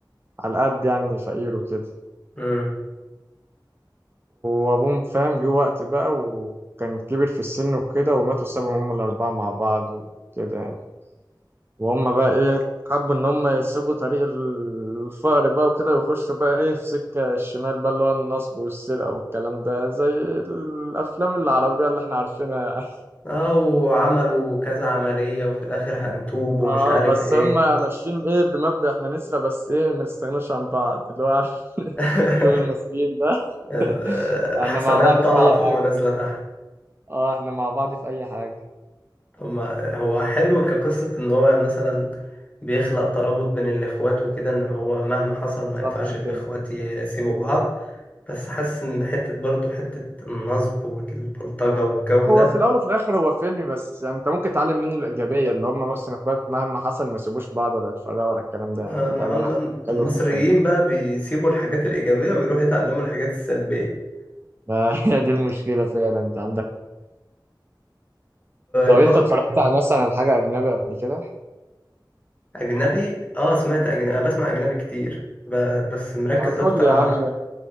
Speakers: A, on the right; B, on the left.
A: على قد يعني فقير وكده
B: امم
A: وابوهم فاهم جه وقت بقى وكان كبر في السن وكده وماتوا سابهم هم الاربعه مع بعض وكده يعني وهم بقى ايه حبوا ان هم يسيبوا طريق الفقر بقى وكده ويخشوا بقى ايه في سكه الشمال بقى اللي هو النصب والسرقه والكلام ده زي الافلام العربيه اللي احنا عارفينها يعني.
B: أو عملوا كذا عملية وفي الآخر هنتوب ومش
A: اه
B: عارف
A: بس
B: إيه
A: هم ماشيين ايه بمبدأ احنا نسرق بس ايه ما نستغناش عن بعض اللي هو عارف <laughs>
B: <laughs>
A: شغل المصريين ده
B: ال-
A: <laughs>
B: الحسنات
A: احنا مع بعض
B: طالعة
A: في اي
B: فوق
A: حاجه
B: ونازلة تحت
A: اه احنا مع بعض في اي حاجه
B: أما هو حلو كقصة إن هو مثلا بيخلق ترابط بين الإخوات وكده إن هو مهما حصل ما
A: بالظبط
B: ينفعش الإخوات
A: كده
B: يسيبوا بعض بس حاسس إن حتة برضه حتة النصب والبلطجة والجو
A: هو
B: ده
A: في الاول وفي الاخر هو فيلم بس يعني انت ممكن تتعلم منه الايجابيه اللي هم مثلا اخوات مهما حصل ما يسيبوش بعض ولا يتفرقوا ولا الكلام
B: ده
A: ده ده
B: مع
A: اللي
B: الم-
A: انا حلو
B: المصريين
A: في الفيلم
B: بقى بيسيبوا الحاجات الإيجابية ويروحوا يتعلموا الحاجات السلبية
A: ده. <laughs> هي دي المشكله فعلا انت عندك <laughs> لو
B: برضه
A: انت اتفرجت على مثلا على حاجه اجنبي قبل كده
B: أجنبي آه سمعت أجنبي أنا بسمع أجنبي كتير ب... بس مركز
A: ما تقول
B: أكتر
A: لي يا
B: ع-
A: عم